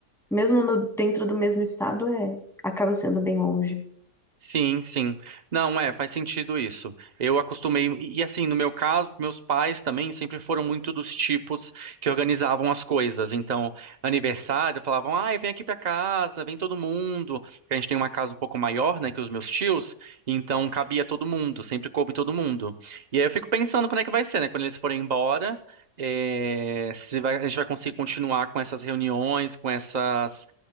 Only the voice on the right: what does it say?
Sim, sim. Não, é, faz sentido isso. Eu acostumei, e e assim, no meu caso, meus pais também sempre foram muito dos tipos que organizavam as coisas. Então, aniversário, falavam, ai, vem aqui pra casa, vem todo mundo. Porque a gente tem uma casa um pouco maior, né, que os meus tios, então cabia todo mundo, sempre coube todo mundo. E aí eu fico pensando como é que vai ser, né, quando eles forem embora, é, se vai- a gente vai conseguir continuar com essas reuniões, com essas,